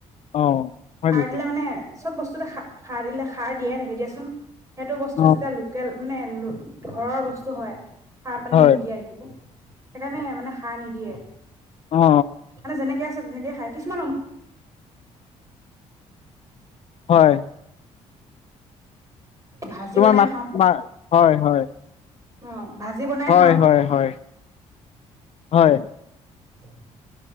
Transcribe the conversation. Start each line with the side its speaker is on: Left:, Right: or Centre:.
Left: অ হয়
Right: সাৰ
Left: নেকি
Right: দিলে মানে চব বস্তুতে খাৰ সাৰ দিলে সাৰ দিয়াই থাকে দিয়াচোন সেইটো বস্তু
Left: অ
Right: যেতিয়া লোকেল মানে ঘৰৰ বস্তু হয় সাৰ পানী
Left: হয়
Right: নিদিয়ে সেইকাৰণে মানে সাৰ নিদিয়ে
Left: অ
Right: মানে যেনেকে আ তেনেকে খাই কিছুমান
Left: হয়
Right: ভাজি
Left: তোমাৰ
Right: বনাইও
Left: মাত
Right: খাওঁ
Left: মা হয় হয়
Right: অ ভাজি বনাই
Left: হয়
Right: খাওঁ
Left: হয় হয় হয় হয় হয়
Right: হয়